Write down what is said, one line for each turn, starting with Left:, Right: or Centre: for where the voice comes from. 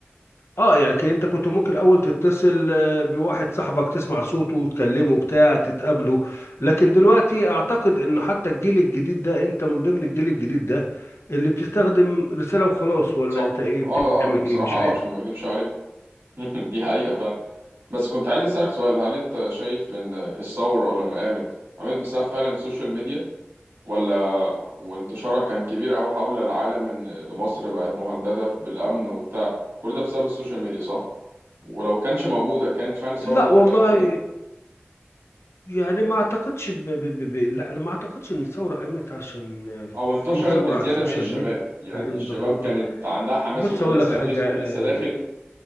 Left: اه يعني لكن انت كنت ممكن الاول تتصل آه، بواحد صاحبك تسمع صوته وتكلمه بتاع تتقابله لكن دلوقتي اعتقد انه حتى الجيل الجديد ده انت من ضمن الجيل الجديد ده اللي بتستخدم رسالة وخلاص ولا
Right: صح
Left: انت ايه
Right: اه
Left: بتعمل
Right: اه بصراحة
Left: ايه مش
Right: اه
Left: عارف
Right: عشان ما أكدبش عليك <laughs> دي حقيقة فعلا بس كنت عايز أسألك سؤال هل أنت شايف إن الثورة لما قامت قامت بسبب فعلا السوشيال ميديا ولا وانتشارها كان كبير أوي حول العالم إن لمصر بقت مهددة بالأمن وبتاع كل ده بسبب السوشيال ميديا صح؟ ولو كانش موجودة كانت فعلا الثورة
Left: لا
Right: برضو
Left: والله
Right: كانت هتقوم
Left: يعني ما اعتقدش ب... ب... ب... ب... لا انا ما اعتقدش ان الثوره قامت عشان
Right: أو
Left: في
Right: انتشرت
Left: ثوره
Right: بزيادة
Left: على السوشيال
Right: بين الشباب
Left: ميديا
Right: يعني
Left: الكلام
Right: الشباب
Left: ده كله
Right: كانت عندها حماس
Left: بص
Right: وكان
Left: اقول
Right: لسه
Left: لك حاجه
Right: الفيسبوك
Left: اه,
Right: لسه داخل